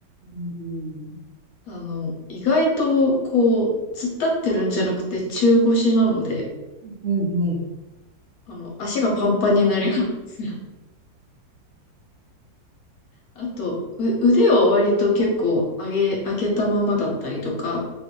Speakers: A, on the right; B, on the left.
A: うん。
B: あの、意外と、こう、突っ立ってるんじゃなくて中腰なので、
A: うんうん。
B: あの、足がパンパンになりますね。あと、う、腕を割と結構上げ、上げたままだったりとか